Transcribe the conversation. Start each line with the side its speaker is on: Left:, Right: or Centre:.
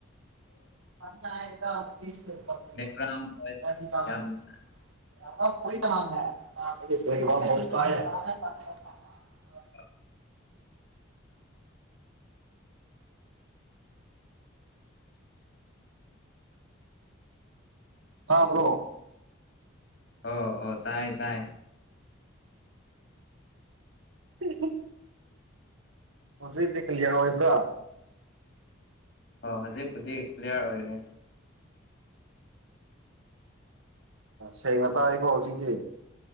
Right: ꯐꯁꯁ
Left: ꯕꯦꯛꯒ꯭ꯔꯥꯎꯟ ꯚꯣꯏꯁ ꯌꯥꯝ
Right: ꯃ
Left: <unintelligible>
Right: ꯑꯣ ꯍꯥꯕ꯭ꯔꯣ
Left: ꯑꯣ ꯑꯣ ꯇꯥꯏ ꯇꯥꯏ
Right: ꯑꯝꯍꯝ ꯍꯧꯖꯤꯛ ꯗꯤꯀꯤꯂꫪ ꯑꫭꯏꯕ꯭ꯔꫭ
Left: ꯑ ꯍꯧꯖꯤ ꯄꯨꯗꯤ ꯀꯂꯤꯌꯥꯔ ꯑꯣꯏꫪ‌ꯦ
Right: ꯁꯦꯡꯅ ꯇꯥꯏꯀꯣ ꯍꯧꯖꯤꯛꯗꯤ